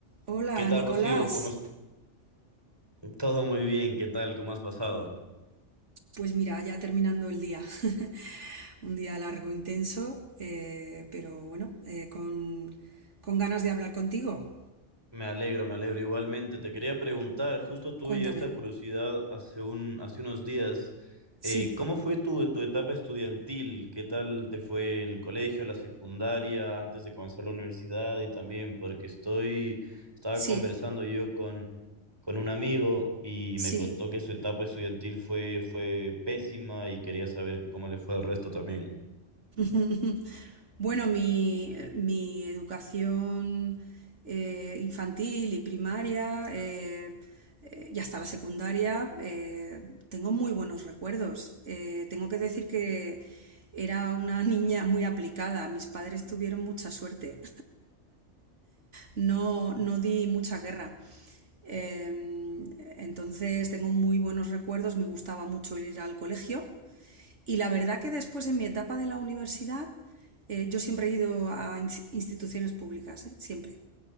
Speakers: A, on the right (about 75°); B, on the right (about 20°).
A: Hola,
B: ¿Qué tal,
A: Nicolás.
B: Rocío? ¿Cómo es- Todo muy bien, ¿qué tal? ¿Cómo has pasado?
A: Pues mira, ya terminando el día. <laughs> Un día largo, intenso, eh, pero bueno, eh, con, con ganas de hablar contigo.
B: Me alegro, me alegro igualmente. Te quería preguntar, justo tuve
A: Cuéntame.
B: esta curiosidad hace un, hace unos días,
A: Sí,
B: eh, ¿cómo fue tu, tu etapa estudiantil? ¿Qué tal te fue en el colegio, la secundaria, antes de comenzar la universidad? Y también porque estoy, estaba
A: sí,
B: conversando yo con, con un amigo y
A: sí.
B: me contó que su etapa estudiantil fue, fue pésima y quería saber cómo le fue al resto también.
A: <laughs> Bueno, mi, mi educación eh, infantil y primaria eh, eh, y hasta la secundaria eh, tengo muy buenos recuerdos. Eh, tengo que decir que era una <laughs> niña muy aplicada. Mis padres tuvieron mucha suerte. No, no di mucha guerra. Em, entonces tengo muy buenos recuerdos. Me gustaba mucho ir al colegio. Y la verdad que después en mi etapa de la universidad, eh, yo siempre he ido a instituciones públicas, ¿eh? siempre.